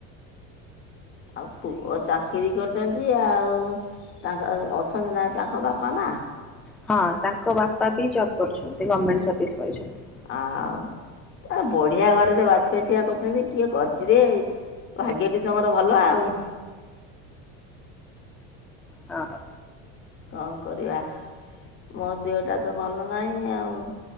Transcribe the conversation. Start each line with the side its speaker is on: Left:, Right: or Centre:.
Left: ଆଉ ପୁଅ ଚାକିରି କରିଛନ୍ତି ଆଉ ତାଙ୍କ ଅଛନ୍ତି ନାହିଁ ତାଙ୍କ ବାପା, ମା
Centre: ହଁ ତାଙ୍କ ବାପା ବି ଜବ୍ କରୁଛନ୍ତି ଗର୍ମେଣ୍ଟ ସର୍ଭିସ କରିଛନ୍ତି।
Left: ଆଉ ବଢ଼ିଆ ଘରେଟେ ବାଛି ବାଛିିକା କରିଛନ୍ତି। କିଏ କରିଛିରେ ଭାଗ୍ୟଟି ତମର ଭଲ ଆଉ।
Centre: ହଁ।
Left: କଣ କରିବା ମୋ ଦେହଟା ତ ଭଲ ନାହିଁ ଆଉ।